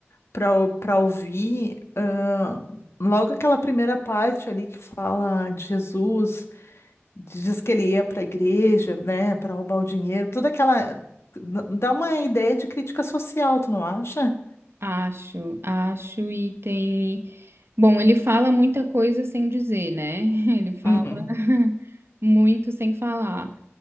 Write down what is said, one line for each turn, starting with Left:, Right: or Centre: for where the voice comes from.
Left: pra, ou- pra ouvir, ahn, logo aquela primeira parte ali que fala de Jesus. Diz que ele ia para a igreja, né, para roubar o dinheiro, toda aquela. n- Dá uma ideia de crítica social, tu não acha?
Right: acho, acho e tem... Bom, ele fala muita coisa sem dizer, né? <laughs> Ele fala
Left: Uhum.
Right: <laughs> muito sem falar,